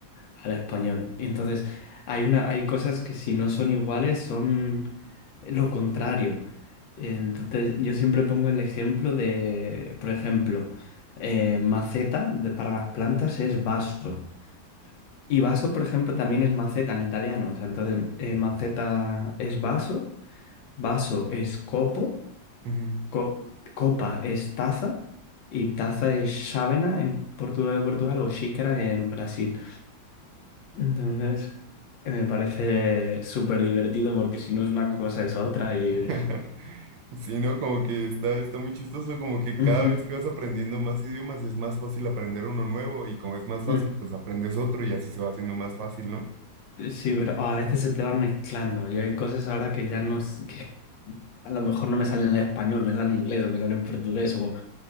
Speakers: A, on the left; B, on the right.
A: al español. Y entonces hay una, hay cosas que si no son iguales son lo contrario. Entonces yo siempre pongo el ejemplo de, por ejemplo, eh, maceta de- para las plantas es vaso. Y vaso, por ejemplo, también es maceta en italiano. O sea, entonces eh, maceta es vaso, vaso es copo,
B: Ujú.
A: co- copa es taza y taza es chávena en Portugal, Portugal o xícara en Brasil. Entonces, eh, me parece súper divertido porque si no es una cosa es otra y...
B: <laughs>
A: <laughs>
B: Sí, ¿no? Como que está, está muy chistoso, como que
A: Ujú,
B: cada vez que vas aprendiendo más idiomas es más fácil aprender uno nuevo y como es más fácil,
A: ujú.
B: pues aprendes otro y así se va haciendo más fácil, ¿no?
A: Sí, pero oh, a veces se te van mezclando. Yo hay cosas ahora que ya no... s- que a lo mejor no me salen en español, me salen en inglés o me salen en portugués o,